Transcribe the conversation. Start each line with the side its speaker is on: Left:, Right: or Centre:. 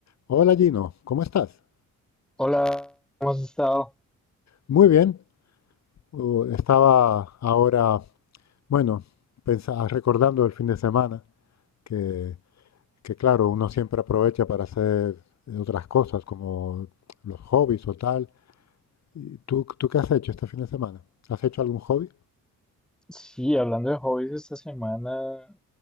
Left: Hola Gino, ¿cómo estás?
Centre: Hola, ¿cómo has estado?
Left: Muy bien. Uh, estaba ahora, bueno, pensa- recordando el fin de semana, que, que claro, uno siempre aprovecha para hacer eh, otras cosas como los hobbies o tal. ¿Y ¿Tú, tú qué has hecho este fin de semana? ¿Has hecho algún hobby?
Centre: Sí, hablando de hobbies, esta semana